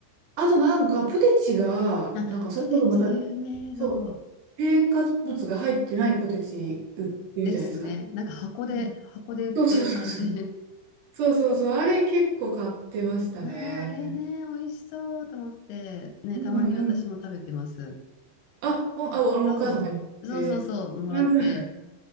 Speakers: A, on the right (about 85°); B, on the left (about 80°).
A: あとなんか、ポテチが、
B: あ、
A: なんか、それこそまた、
B: ポテチ有名そう
A: そう、添加物が入ってないポテチ売ってるじゃないですか。
B: ですね。なんか箱で、
A: うん
B: 箱で売ってる感じ。
A: そうそうそうそう。
B: <laughs>
A: そうそうそう。あれ結構買ってましたね。
B: ああ、あれね、美味しそうと思って、ね、
A: うんうん。
B: たまに私も食べてます。
A: あ、ほんあ、あの、
B: そう、
A: お母様に言って。
B: そうそうそう、もらって。
A: あ、そう。